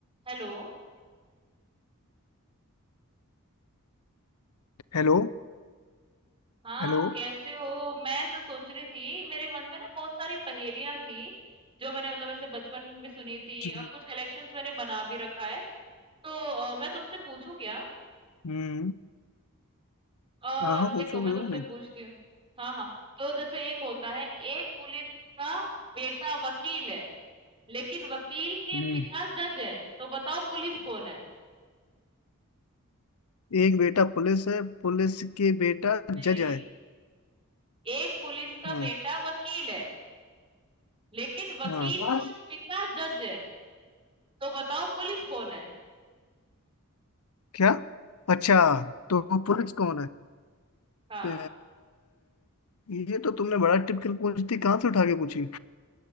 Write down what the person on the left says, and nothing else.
Hello
Hello
जी
हम्म
हाँ हाँ, पूछो
क्यों
नहीं
हम्म
एक बेटा पुलिस है पुलिस के बेटा
जज है
हाँ
हाँ
क्या अच्छा तो वो पुलिस कौन है
अ, ये तो तुमने बड़ा टिपिकल पूछ दी कहाँ से उठा के पूछी